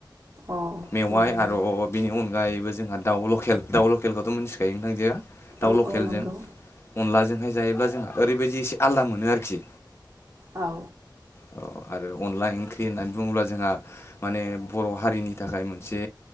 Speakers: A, on the right; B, on the left.
A: अ
B: मेवाइ
A: नंगौ नंगौ
B: आर' बिनि उन अनगायैबो जोंहा दाउ लकेल दाउ लकेलखौथ' मिन्थिखायो नोंथाङजोआ दाउ
A: औ
B: लकेलजों
A: औ नंगौ
B: अनलाजोंहाय जायोब्ला जोंहा ओरैबायदि एसे आलादा मोनो आरोखि
A: औ
B: औ आरो अनला ओंख्रि होननानै बुङोब्ला जोंहा माने बर' हारिनि थाखाय मोनसे